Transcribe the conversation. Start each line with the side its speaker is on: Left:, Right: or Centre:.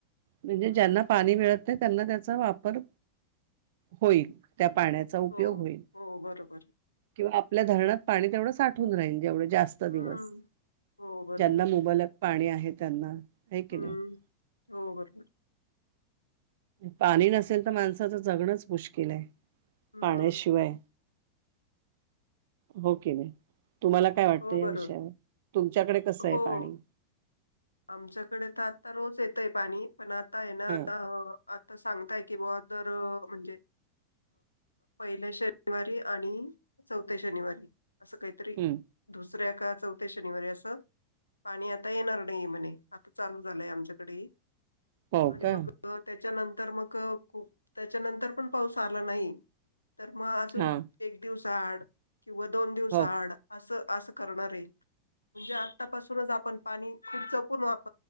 Right: म्हणजे
Left: हम्म
Right: ज्यांना पाणी मिळत ते त्यांना त्याचा वापर होईल त्या पाण्याचा उपयोग
Left: हो
Right: होईल
Left: हो बरोबर
Right: किंवा आपल्या धरणात पाणी तेवढं साठव राहील जेवढ जास्त
Left: हम्म
Right: दिवस
Left: हो बरोबर
Right: ज्यांना मुबलक पाणी आहे त्यांना आहे की
Left: हम्म
Right: नाही
Left: हो बरोबर
Right: पाणी नसेल तर माणसाचं जगणंच मुश्किल आहे
Left: हम्म
Right: पाण्याशिवाय हो की नाही तुम्हाला काय वाटतं
Left: हो
Right: या
Left: बरोबर
Right: विषयावर तुमच्याकडे कसं
Left: हो.
Right: आहे पाणी
Left: आमच्याकडे तर आता रोज येतय पाणी पण आता आहे ना
Right: हा
Left: अ आता सांगताय की बा दर म्हणजे पहिल्या शनिवारी आणि चौथ्या शनिवारी असं काहीतरी
Right: हम्म
Left: दुस दऱ्या का चौथ्या शनिवारी अस पाणी आता येणार म्हणे आता चालू झालंय आमच्याकडे
Right: हो
Left: आणि
Right: का
Left: मग त्याच्यानंतर तर मगप त्याच्यानंतर पण पाऊस आला नाही तर मग अजून
Right: हा
Left: एक दिवस आड किंवा दोन दिवस
Right: हो
Left: आड असं असं म्हणजे आतापासूनच आपण पाणी खूप जपून वाप